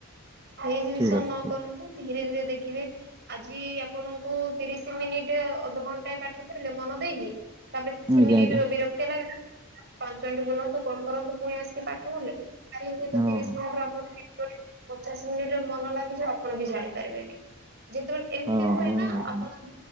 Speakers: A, on the right; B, on the right.
A: ଏଇ ଜିନିଷ
B: ଠିକ୍ ଅଛି
A: ନ
B: ଠିକ୍
A: କରନ୍ତୁ। ଧୀରେ ଧୀରେ ଦେଖିବେ ଆଜି ଆପଣଙ୍କୁ ତିରିଶି ମିନିଟି ଅଧଘଣ୍ଟାଏ ପାଠ ପଢିଲେ ମନ ଦେଇକି ତାପରେ କିଛି
B: ଆଜ୍ଞା
A: ମିନିଟ୍
B: ଆଜ୍ଞା
A: ବିର ତ ଲାଗେ ପାଞ୍ଚ ମିଣ୍ଟି ବୁଲନ୍ତୁ କଣ କରନ୍ତୁ ପୁଣି ଆସିକି ପାଠ ପଢିଲେ। କାଲି ହୁଏତ
B: ହଁ
A: ତିରିଶ
B: ହଁ।
A: ମିିନିଟରେ ଆପଣ <unintelligible> ପଚାଶ ମିନିଟରେ ମନ ଲାଗିଯିବ ଆପଣ ବି ଜାଣି ପାରିବେନି ଯେତେବେଳେ ଏମିତି
B: ହଁ
A: ହୁଏ
B: ହଁ ନିହାତି
A: ନା ଆପଣ